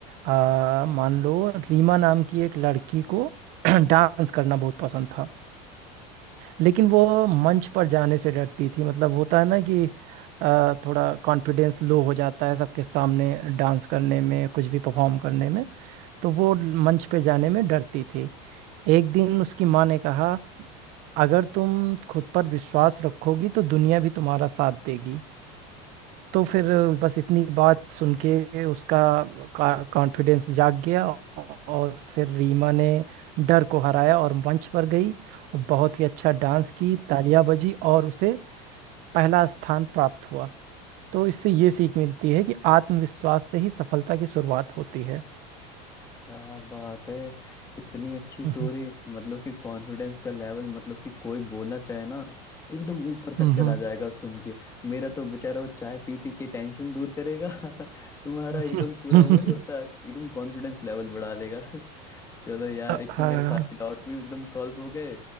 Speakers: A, on the right; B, on the left.
A: आ, मान लो रीमा नाम की एक लड़की को <clears throat> डांस करना बहुत पसंद था लेकिन वो मंच पर जाने से डरती थी मतलब होता है ना कि आ, थोड़ा कॉन्फिडेंस लो हो जाता है सबके सामने डांस करने में कुछ भी परफॉर्म करने में तो वो मंच पे जाने में डरती थी एक दिन उसकी माँ ने कहा अगर तुम खुद पर विश्वास रखोगी तो दुनिया भी तुम्हारा साथ देगी तो फिर बस इतनी बात सुन के उसका कॉन्फिडेंस जाग गया और फिर रीमा ने डर को हराया और मंच पर गई और बहुत ही अच्छा डांस की तालियां बजी और उसे पहला स्थान प्राप्त हुआ तो इससे ये सीख मिलती है कि आत्मविश्वास से ही सफलता की शुरुआत होती है
B: क्या बात है इतनी अच्छी
A: हम्म
B: स्टोरी मतलब कि कॉन्फिडेंस का लेवल मतलब कि कोई बोलना चाहे ना एकदम ऊपर
A: हम्म
B: तक चला जाएगा सुन के मेरा तो बेचारा वो चाय पी पी के टेंशन दूर करेगा <laughs> तुम्हारा
A: हम्म,
B: एकदम पूरा
A: हम्म,
B: वो नहीं होता एकदम कॉन्फिडेंस लेवल बढ़ा लेगा <laughs> चलो यार
A: <laughs>
B: एक
A: हाँ
B: तो मेरे सारे डाउट भी एकदम सॉल्व हो गए